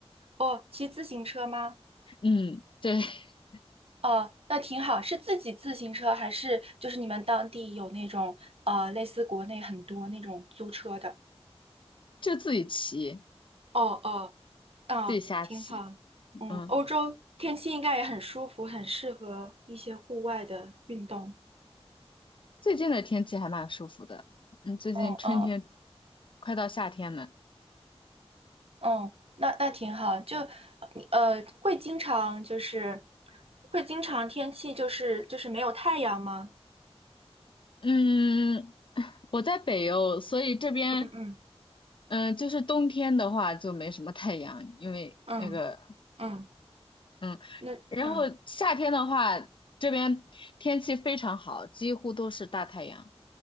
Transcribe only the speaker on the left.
嗯，对，<laughs>
就自己骑，
自己瞎骑。
嗯，
最近的天气还蛮舒服的。嗯，最近春天
快到夏天了。
嗯，<laughs> 我在北欧，所以这边，
嗯、就是冬天的话就没什么太阳，因为那个
嗯，
然后夏天的话，这边天气非常好，几乎都是大太阳，